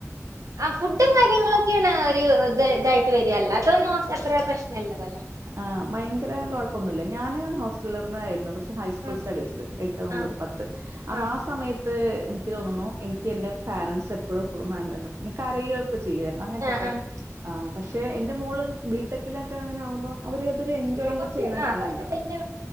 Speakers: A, on the right; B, on the right.
A: ആ ഫുഡും കാര്യങ്ങളൊക്കെയാണ് ഒരു ഇത് ഇതായിട്ട് വര അല്ലതൊനോക്ക ത്ര പ്രശ്നള്ളതല്ല
B: ആ ഭയങ്കര കൊഴപ്പൊന്നുല്ല ഞാന് ഹോസ്റ്റലർന്ന ആയിരുന്നു പക്ഷെ ഹൈസ്കൂൾ
A: ആഹ്
B: സ്റ്റഡീസ് എട്ട് ഒമ്പത്
A: ആഹ്
B: പത്ത് അപ്പൊ
A: ആഹ്
B: ആ സമയത്ത് എനിക്ക് തോന്നുന്നു എ ക്ക് എന്റെ പാരൻറ്സ് എപ്പോഴും ഒപ്പംമാണെന്നെ <unintelligible> ഒക്കെ ചെയ്യരുന്നു അങ്ങനത്തൊക്കെ
A: ആഹ് ആഹ്
B: ആ പക്ഷെ എന്റെ മോള് ബി ടെക്കി ലൊക്കെ അങ്ങനെ ആകുമ്പോ അവര് രെ എൻജോയും
A: ആഹ് കൊറച്ച്
B: കൂടെ ചെയ്യണെ
A: ആഹ്
B: ആണാലോ
A: കൊറച്ച് വല്യ